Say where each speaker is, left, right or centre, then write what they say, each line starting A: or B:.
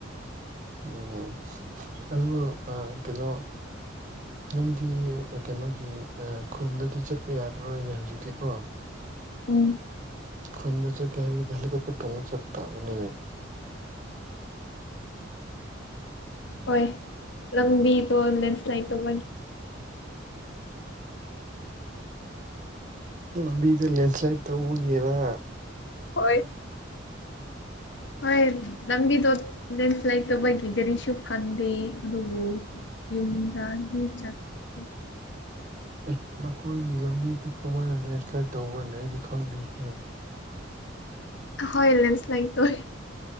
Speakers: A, on the right; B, on the left.
A: ꯎꯝ ꯑꯗꯨ ꯑ ꯀꯩꯅꯣ ꯅꯨꯡꯗꯤ ꯀꯩꯅꯣꯒꯤ ꯈꯨꯜꯗꯗꯤ ꯆꯠꯄ ꯌꯥꯔꯔꯣꯏꯅꯦ ꯍꯧꯖꯤꯛꯇꯤꯀꯣ
B: ꯎꯝ
A: ꯈꯣꯟꯟꯗ ꯆ ꯀꯦ ꯍꯥꯏꯔ ꯍꯦꯂꯤꯀꯣꯄꯇꯔ ꯇꯣꯡꯅ ꯆꯠꯄ ꯇꯕ ꯅꯃꯦ
B: ꯍꯣꯏ ꯂꯝꯝꯕ ꯇꯣ ꯂ ꯁ꯭ꯂꯥꯏꯠ ꯇꯣꯦ
A: ꯂꯝꯕꯤꯗ ꯂꯦꯟꯁ꯭ꯂꯥꯏꯠ ꯇꯧꯕꯒꯤꯦꯔ
B: ꯍꯣꯏ ꯍꯣꯏ ꯂꯪꯕꯤ ꯇ ꯂꯦꯟꯁ꯭ꯂꯥꯏꯗ ꯇꯧꯕꯒꯤ ꯀꯔꯤꯁꯨ ꯐꯗꯦ ꯑꯗꯨꯕꯨ ꯌꯨꯝ ꯒꯥꯟꯙꯤ ꯆꯖꯒꯇꯤ
A: ꯑꯦ ꯅꯈꯣꯏꯒꯤ ꯂꯝꯕꯤꯗꯤ ꯀꯃꯥꯏꯅ ꯂꯦꯟꯁ꯭ꯂꯥꯏꯠ ꯇꯧꯈ꯭ꯔꯅꯦ ꯑꯩꯗꯤ ꯈꯪꯗꯦꯍꯦ
B: ꯍꯣꯏ ꯂꯁ ꯂꯥꯏ ꯇ